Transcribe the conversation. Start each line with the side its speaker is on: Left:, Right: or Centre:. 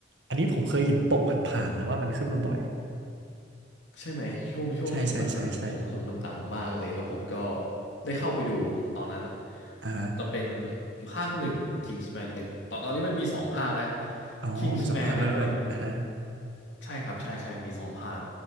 Right: อันนี้ผมเคยเห็นปกผ่านๆนะว่ามันขึ้นมาบ่อย
Left: ใช่ไหมช่วงช่วงหนึ่งมันมันผมรู้สึกว่ามันดังมากเลยแล้วผมก็
Right: ใช่ใช่ใช่ใช่
Left: ได้เข้าไปดูตอนนั้น
Right: อ่าฮะ
Left: แต่เป็นภาคหนึ่ง Kingsman หนึ่งตอนตอนนี้มันมีสองภาคนะ
Right: อ๋อมีสองภาคแล้วด้วยอ่าฮะ
Left: Kingsman เนี่ยมันใช่ครับใช่ใช่มีสองภาค